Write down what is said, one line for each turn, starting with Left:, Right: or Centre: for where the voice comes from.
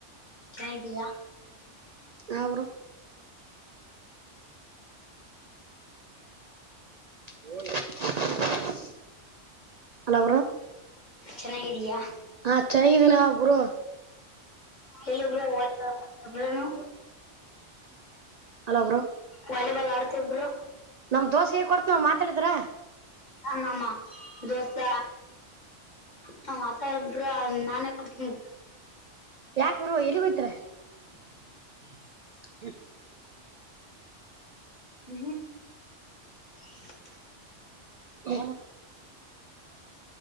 Left: ಚೆನ್ನಾಗಿ ಇದೀಯಾ
Right: ಹಾ ಬ್ರೋ ಹ ಹಲೋ ಬ್ರೋ
Left: ಚೆನ್ನಾಗಿದೀಯಾ
Right: ಹ ಚಲೋ ಇದೇನ ಬ್ರೋಂ
Left: ಹೇಳಿ ಬ್ರೋ ಏನು
Right: ಅಲ್ಲೋ ಬ್ರೋ
Left: ವಾಲಿಬಾಲ್ ಆಡ್ತೀವ್ ಬ್ರೋ
Right: ನಮ್ಮ ದೋಸ್ತ ಗೆ ಕೊಡ್ತನ ಮಾತಾಡಿದ್ರ
Left: ನಮ್ಮ ದೋಸ್ತ ಹ ಮಾತಾಡ್ರ ನಾನೇ ಕೊಡತನ
Right: ಯಾಕ ಬ್ರೋ ಎಲ್ಲಿಗೋಯ್ತರ
Left: <inaudible>
Right: ಹ್ಮ
Left: <unintelligible> ಹ್ಮ್್ಮ <inaudible>
Right: <unintelligible>